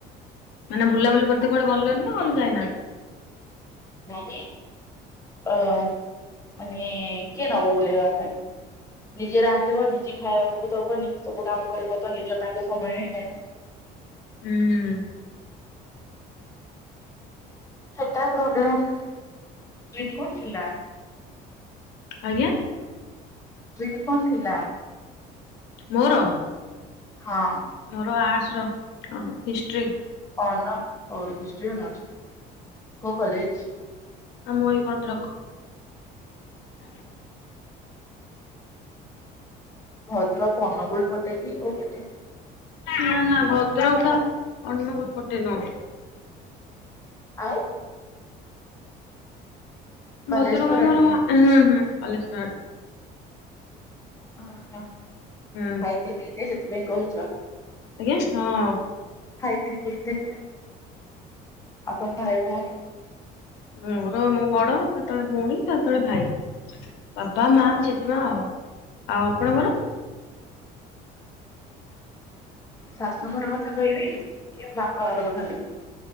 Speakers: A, on the left; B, on the left.
A: ମାନେ ବୁଲାବୁଲି କରତେ କୁଆଡେ ଗଲଣି ନା ଯାଇନାହାନ୍ତି?
B: ନାହିଁ। ଅ ମାନେ କିଏ ନବ ବୁଲେଇବା ପାଇଁ? ନିଜେ ରାନ୍ଧିବ ନିଜେ ଖାଇବାକୁ ଦେବ ନିଜେ ସବୁ କାମ କରିବ ତ ନିଜ ପାଇଁ ତ ସମୟ ହିଁ ନାହିଁ ନା।
A: ହୁଁ।
B: ସେଟା ପ୍ରୋବ୍ଲେମ <unintelligible> ଥିଲା?
A: ଆଜ୍ଞା।
B: <unintelligible> ଥିଲା?
A: ମୋର?
B: ହଁ।
A: ମୋର ଆର୍ଟସର ହିଷ୍ଟ୍ରି
B: ଅନର୍ସ ହିଷ୍ଟି ଅନର୍ସ କୋଉ କଲେଜ?
A: ଆମ ଏଇ ଭଦ୍ରକ <unintelligible>
B: ଭଦ୍ରକ ଅନୁଗୁଳ ପଟେକି କୋଉ ପଟେ?
A: ନା ନା ଭଦ୍ରକ ତ ଅନୁଗୁଳ ପଟେ ନୁହଁ
B: ଆଉ? ବାଲେଶ୍ଵର
A: ଭଦ୍ରକ ଆମର
B: ଆଡେ।
A: ହୁଁ ହୁଁ। <unintelligible>
B: ଅ ହ
A: ହୁଁ
B: ଖାଇତେ ପିତେ ସେଥିପାଇଁ କହୁଛ।
A: ଆଜ୍ଞା ହଁ।
B: ଖାଇଥିଲି ଏବେ ଆଉ ତମ ଭାଇ ଭଉଣୀ?
A: ମୋର ମୁଁ ବଡ ତା ତଳେ ଭଉଣୀ ତା ତଳେ ଭାଇ ବାପା ମା ଜେଜେମା ଆଉ ଆଉ ଆପଣଙ୍କର?
B: ଶାଶୁ ଘର କଥା କହିବି କି ବାପା ଘର କଥା କହିବି?